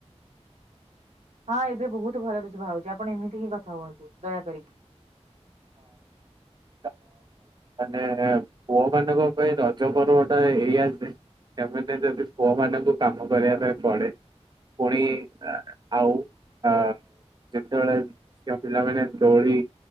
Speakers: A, on the right; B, on the right.
A: ହଁ ଏବେ ବହୁତ ଭଲରେ ଶୁଭା ହଉଛି ଆପଣ ଏମିତି ହିଁ କଥା ହୁଅନ୍ତୁ ଦୟା କରିକି।
B: ହଁ ମାନେ-ଏ-ଏ-ଏ ପୁଅ ମାନଙ୍କ ପାଇଁ ରଜ ପର୍ବଟା ଏଇଆ ଯେ ସେମାନେ ଯଦି ପୁଅ ମାନଙ୍କୁ କାମ କରିବା ପାଇଁ ପଡେ ପୁଣି-ଇ ଆ ଆଉ ଆ ଯେତେବେଳେ ଝିଅ ପିଲାମାନେ ଦୋଳି